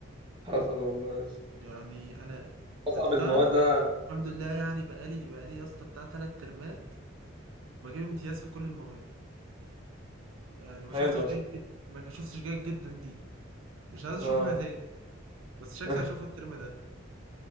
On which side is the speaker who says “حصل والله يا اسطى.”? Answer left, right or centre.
Right